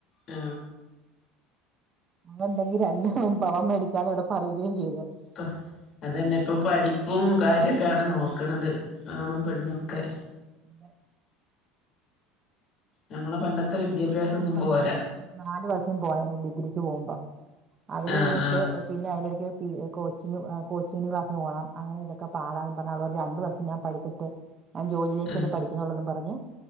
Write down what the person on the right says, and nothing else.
അങ്ങ ണ്ടെങ്കിൽന്നെ ഭവം മേടിക്കാൻ ഇവിടെ പറയുകയും ചെയ്ത
ആഹ്
അതെ
ഡിഗ്രിക്ക്
വിടുമ്പോ നാ വർഷം
നാലു വർഷം പോയ ഡിഗ്രിക്ക് പോകുമ്പോ അത് കഴിഞ്ഞിട്ട്
പിന്നെ അതിന്റെടക്ക് പി കോച്ചിങ് കോച്ചി ശീനി ക്ലസിന് പ്പോണം അങ്ങനെ ന്തൊക്കെപ്പടാ ന്നും പറഞ്ഞാ രണ്ടു വർം ഞാൻ പിച്ചട്ട് ഞാൻ ജോലിയിലേക്ക്
വേണ്ടി പഠിക്കുന്നള്ളെന്നും പറഞ്ഞു